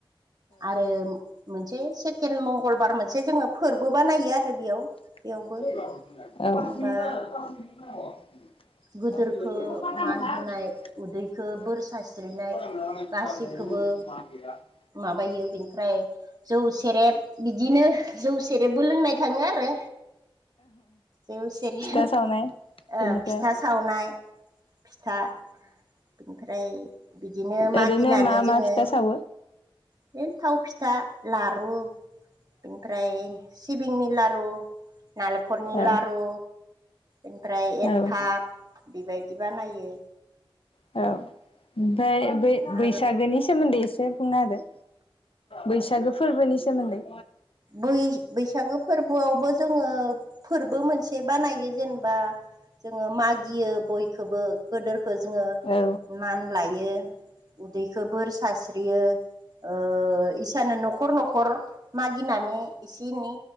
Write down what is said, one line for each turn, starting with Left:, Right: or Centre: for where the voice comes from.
Right: आरो मोनसे से केण्ड मंगलबार मोनसे जोङो फोरबो बानायो आरो बेयाव
Left: औ
Right: बेयावबो जेनेबा
Left: <unintelligible>
Right: गोदोरखो मान होनाय उदैखो बोर
Left: <unintelligible>
Right: सारस्रिनाय गासैखौबो माबायो बिनिफ्राय जौ सेरेब बिदिनो जौ सेरेबबो लोंनाय थाङो आरो जौ सेरब
Left: फिथा
Right: ओ
Left: सावनाय बेनिफ्राय
Right: फिथा सावनाय फिथा ओमफ्राय बिदिनो मागिनानै
Left: ओरैनो मा मा
Right: जोङो
Left: फिथा सावो
Right: बे थाव फिथा, लारु बेनिफ्राय सिबिंनि लारु, नालेंखरनि
Left: औ
Right: लारु ओमफ्राय एन्थाब
Left: औ
Right: बेबायदि बानायो।
Left: औ ओमफ्राय बै-बैसागोनि
Right: मागो
Left: सोमोन्दै एसे बुंना होदो बैसागो फोरबोनि सोमोन्दै।
Right: बै-बैसागो फोरबोआवबो जोंङो फोरबो मोन से बानायो जेनेबा जोङो मागियो बयखौबो गोदोरखो जोङो
Left: औ
Right: मान लायो उदैखौ बोर सास्रि यो ओ इसानो न'खर न'खर मागिनानै एसे-एनै